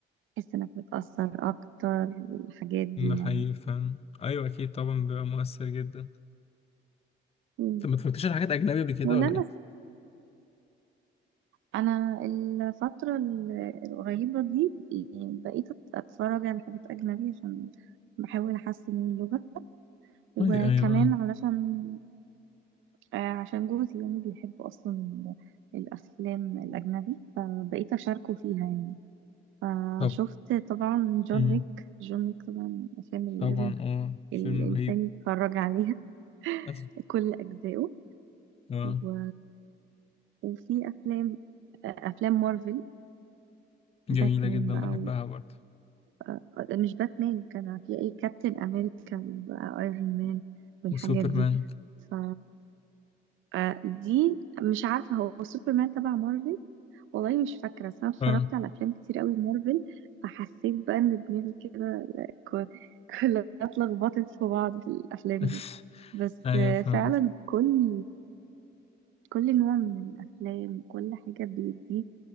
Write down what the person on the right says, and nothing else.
تحس انك متأثر اكتر والحاجات دي
يعني
مم.
ولما
انا الفتره ال- القريبه دي يعني بقيت اتفرج على حاجات اجنبي عشان بحاول احسن من اللغه وكمان
علشان آه، عشان جوزي يعني بيحب اصلا ال- الافلام الاجنبي فبقيت اشاركه فيها يعني فشفت
طبعا جون
ويك جون ويك طبعا الافلام اللي
لازم
الانسان
يتفرج عليها
<laughs> كل اجزائه
و... وفي افلام آه، افلام مارفل
باتمان
بقى
آه، مش باتمان كان في اي كابتن امريكا وايرون مان والحاجات
دي ف آه، دي مش عارفه هو سوبرمان تبع مارفل والله مش فاكره بس انا اتفرجت
على افلام كتير قوي مارفل فحسيت بقى ان دماغي كده ك- <laughs> كلها اتلخبطت في بعض في الافلام
دي بس
آه،
فعلا كل كل نوع من الافلام كل حاجه بيديك